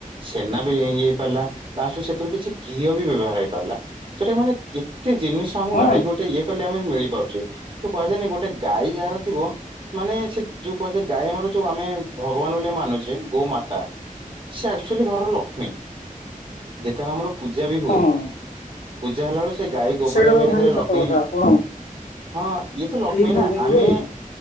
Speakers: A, on the right; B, on the left.
A: ଛେନା ବି ଇଏ ହେଇ ପାରିଲା ନାୁ ସେଥିରୁ କିଛି ଘିଅ ବି ବ୍ୟବହାର ହେଇପାରିଲା ସେଟା ମାନେ ଏତେ ଜିନିଷ ଆମକୁ
B: ହଁ
A: ଗାଇ ଗୋଟେ ଇଏ କଲେ ଆମେ ମିଳିପାରୁଛେ ଯୋଉ କୁହାଯାଏନି ଗୋଟେ ଗାଈ ଯାହାର ଥିବ ମାନେ ସେ ଯୋଉ କୁହାଯାଏ ଗାଈ ଆମର ଯୋଉ ଆମେ ଭଗବାନ ବୋଲିଆ ମାନୁଛେ ଗୋମାତା ସେ ଆକ୍ଚୁଆଲି ଘରର ଲକ୍ଷ୍ମୀ ଯେତେବେଳେ ଆମର ପୂଜା ବି ହୁଏ।
B: ହଁ
A: ପୂା ହେଲା ବଳ ସେ ଗାଈ ଗୋବର
B: ସେଇଟା
A: ଆମେ
B: ତ
A: କେତେଳେ
B: ଭାଇ ସତ
A: ଲକ୍ଷ୍ମୀ
B: କଥା ଆପଣ
A: ହଁ ଇଏ ତ ଲକ୍ଷ୍ମୀ
B: ଠିକ କହୁଛନ୍ତି
A: ନା ଆମେ
B: ଯୋଉ